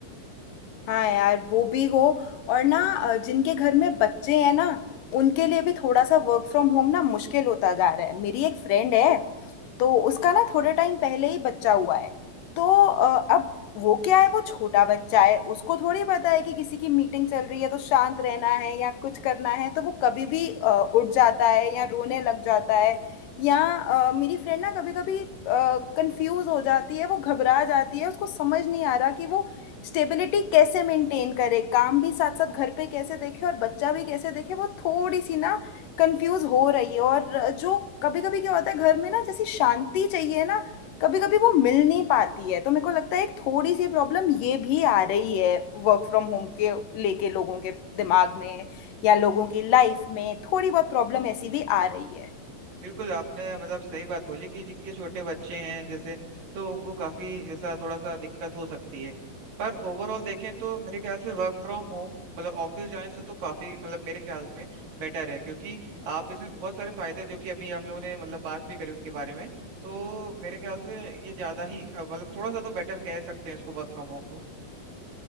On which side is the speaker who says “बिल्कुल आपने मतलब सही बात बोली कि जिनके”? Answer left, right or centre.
Right